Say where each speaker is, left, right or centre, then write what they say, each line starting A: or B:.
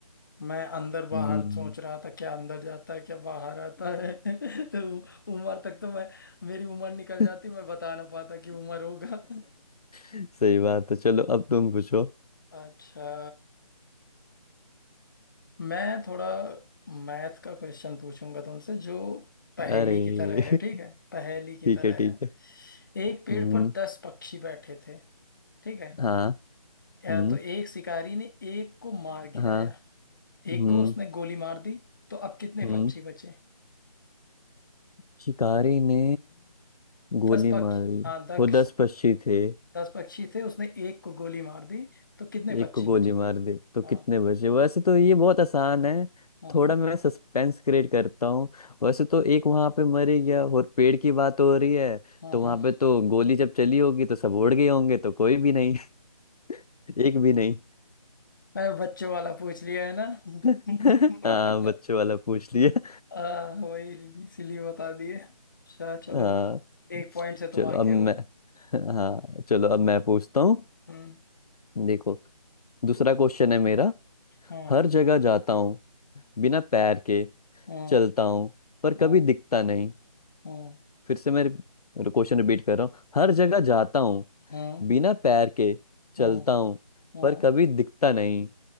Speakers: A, on the left; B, on the left.
A: मैं अंदर बाहर
B: हम्म
A: सोच रहा था क्या अंदर जाता है क्या बाहर आता है <laughs> तो उम्र तक तो मैं मेरी उम्र निकल
B: <laughs>
A: जाती मैं बता ना पाता कि उम्र होगा
B: सही बात है चलो अब तुम पूछो
A: <laughs> अच्छा मैं थोड़ा मैथ का क्वेश्चन पूछूंगा तुमसे जो पहेली
B: अरे
A: की तरह है ठीक
B: <laughs>
A: है पहेली की
B: ठीक
A: तरह
B: है ठीक
A: है
B: है
A: एक पेड़
B: हम्म
A: पर दस पक्षी बैठे थे ठीक है
B: हाँ
A: या
B: हम्म
A: तो एक शिकारी ने एक को मार गिराया
B: हाँ हम्म
A: एक को उसने गोली मार दी तो अब कितने
B: हम्म
A: पक्षी बचे
B: शिकारी ने गोली
A: दस पक्ष
B: मारी
A: हाँ दस
B: वो दस पक्षी थे
A: दस पक्षी थे उसने एक को गोली मार दी तो कितने
B: एक
A: पक्षी
B: को गोली
A: बचे
B: मार दे तो
A: हाँ
B: कितने बचे वैसे तो ये बहुत आसान है
A: हाँ
B: थोड़ा
A: हाँ
B: मैं सस्पेंस क्रिएट करता हूँ वैसे तो एक वहां पे मर ही गया और पेड़ की बात हो रही है
A: हाँ
B: तो
A: हाँ
B: वहां
A: हाँ।
B: पे तो गोली जब चली होगी तो सब उड़ गए होंगे तो कोई भी नहीं <laughs> एक भी नहीं
A: मैंने बच्चों वाला पूछ लिया है ना <laughs>
B: <laughs> हाँ बच्चों वाला पूछ लिया
A: आ, वही इसीलिए बता दिए अच्छा चलो
B: हाँ
A: एक पॉइंट से तुम
B: चलो
A: आगे
B: अब मैं
A: हो
B: हाँ चलो अब मैं पूछता हूँ
A: हम्म
B: देखो दूसरा क्वेश्चन है मेरा
A: हम्म
B: हर जगह जाता हूँ बिना पैर के
A: हम्म
B: चलता हूँ पर
A: हम्म
B: कभी दिखता नहीं
A: हम्म
B: फिर से मैं क्वेश्चन रिपीट कर रहा हूँ हर जगह जाता हूँ
A: हम्म
B: बिना पैर के चलता
A: हम्म
B: हूँ
A: हम्म।
B: पर कभी दिखता नहीं